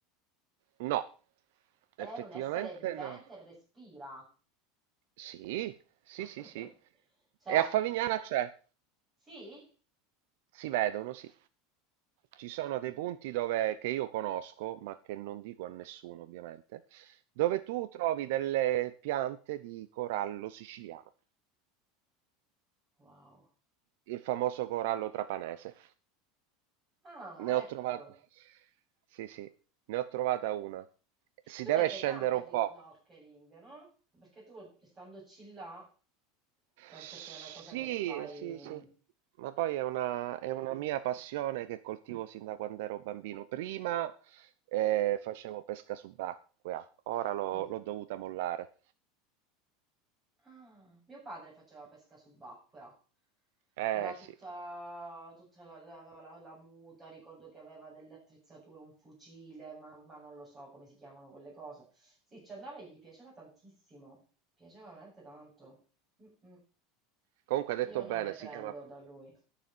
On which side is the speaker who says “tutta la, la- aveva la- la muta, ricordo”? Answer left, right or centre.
Right